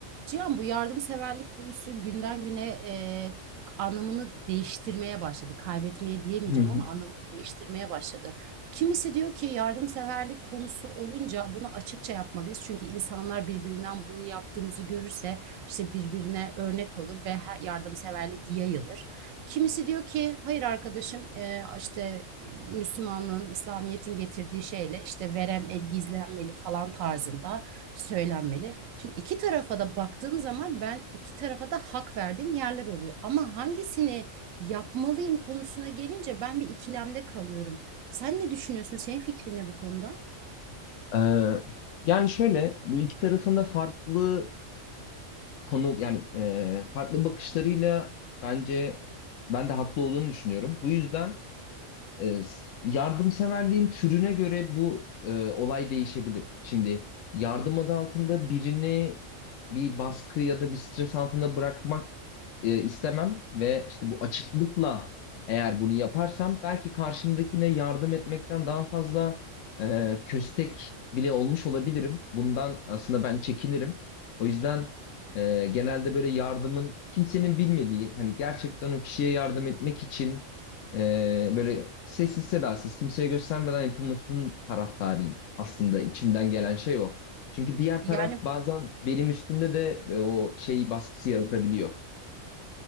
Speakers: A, on the right (about 85°); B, on the left (about 75°).
A: Cihan bu yardımseverlik konusu günden güne e, anlamını değiştirmeye başladı. Kaybetmeye diyemeyeceğim
B: Hı hı.
A: ama anlamını değiştirmeye başladı. Kimisi diyor ki yardımseverlik konusu olunca bunu açıkça yapmalıyız. Çünkü insanlar birbirinden bunu yaptığımızı görürse işte birbirine örnek olur ve her yardımseverlik yayılır. Kimisi diyor ki hayır arkadaşım e, işte e, Müslümanlığın, İslamiyet'in getirdiği şeyle işte veren el gizlenmeli falan tarzında söylenmeli. Şimdi iki tarafa da baktığım zaman ben iki tarafa da hak verdiğim yerler oluyor. Ama hangisini yapmalıyım konusuna gelince ben bir ikilemde kalıyorum. Sen ne düşünüyorsun? Senin fikrin ne bu konuda?
B: Ee, yani şöyle bu iki tarafında farklı konu yani e, farklı bakışlarıyla bence ben de haklı olduğunu düşünüyorum. Bu yüzden e, s- yardımseverliğin türüne göre bu e, olay değişebilir. Şimdi yardım adı altında birini bir baskı ya da bir stres altında bırakmak e, istemem ve işte bu açıklıkla eğer bunu yaparsam belki karşımdakine yardım etmekten daha fazla e, köstek bile olmuş olabilirim. Bundan aslında ben çekinirim. O yüzden e, genelde böyle yardımın kimsenin bilmediği hani gerçekten o kişiye yardım etmek için e, böyle sessiz sedasız kimseye göstermeden yapılmasının taraftarıyım. Aslında içimden gelen şey o. Çünkü diğer
A: Yani
B: taraf bazen benim üstümde de e, o şey baskısı yaratabiliyor.